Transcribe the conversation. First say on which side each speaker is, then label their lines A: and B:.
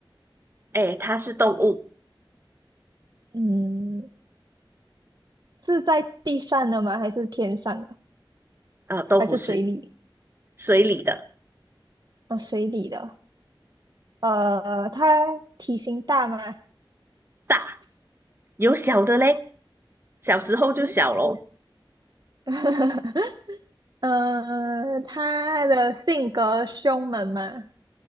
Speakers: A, on the right; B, on the right.
A: 哎，它是动物，
B: 嗯，是在地上的吗？还是天上的？
A: 呃，都不是。
B: 还是水里？
A: 水里的
B: 哦，水里的。呃，它体型大吗？
A: 大，有小的嘞，小时候就小咯。
B: 嗯，有。<laughs> 呃，它的性格凶猛吗？